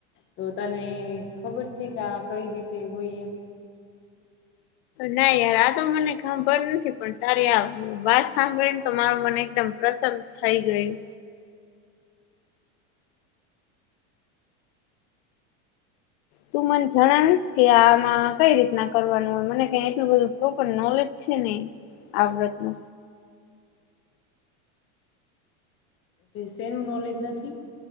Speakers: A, on the left (about 30°); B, on the left (about 55°).
A: તો તને ખબર છે કે આ કઈ રીતે હોય એમ
B: ના યાર આ તો મને ખબર નથી પણ તારી આ વાત સાંભળીને તો માર મને એકદમ પ્રસન થઈ ગયું તું મને જણાવીશ કે આમાં કઈ રીતના કરવાનું હોય મને ક એટલું બધું પ્રોપર નોલેજ છે છે ન આવ્રત્નો
A: એટલે શેનું નોલેજ નથી